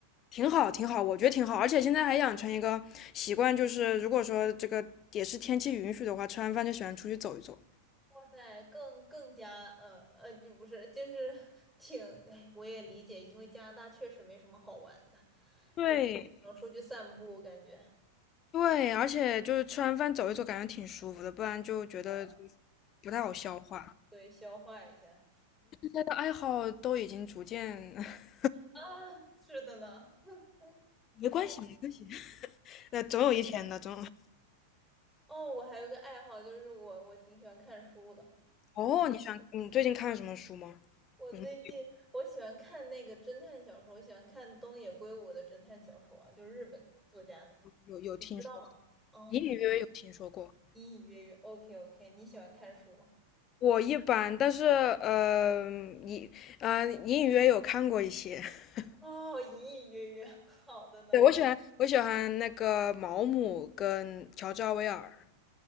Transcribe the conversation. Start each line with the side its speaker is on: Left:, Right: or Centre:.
Left: 挺好挺好，我觉得挺好，而且现在还养成一个习惯，就是如果说这个也是天气允许的话，吃完饭就喜欢出去走一走。
Centre: 哇塞，更更加呃呃，就不是，就是挺，哎，我也理解，因为加拿大确实没什么好玩的，
Left: 对
Centre: 就是能出去散步，感觉，
Left: 对，而且就是吃完饭走一走，感觉挺舒服的，不然就觉得
Centre: 呃，
Left: 不太好消化。现
Centre: 对，消化一下
Left: 在的爱好都已经逐渐 <laughs>
Centre: 啊，是的呢，<laughs>
Left: 没关系，
Centre: 哦。
Left: 没关系。<laughs> 那总有一天的，总有。
Centre: 哦，我还有个爱好，就是我我挺喜欢看书的。
Left: 哦，
Centre: 嗯
Left: 你喜欢你最近看了什么书吗？
Centre: 我最近我喜欢看那个侦探小说，
Left: 有什么
Centre: 我喜欢看东野圭吾的侦探小说啊，就是日本作家那个，
Left: 有有听说过？
Centre: 你知道吗？哦，
Left: 隐隐约约有听说过。
Centre: 你一 OK OK，你喜欢看书吗？
Left: 我一般，但是呃，隐呃隐隐约约有看过一些。<laughs>
Centre: 哦，隐隐约约，<laughs> 好的呢。
Left: 对，我喜欢我喜欢那个毛姆跟乔治奥威尔